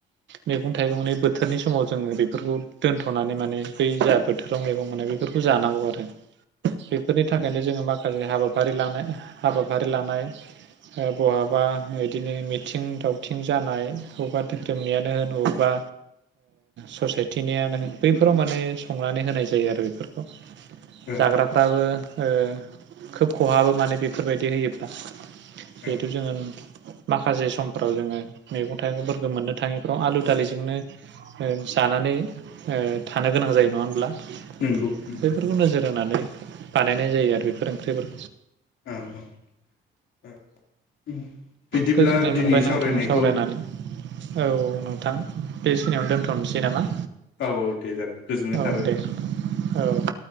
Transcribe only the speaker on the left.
औ
औ
नंगौ उम
औ औ ओं बिदिब्ला
दिनै
सावरायनायखौ
औ औ दे जागोन गोजोननाय
थाबाय।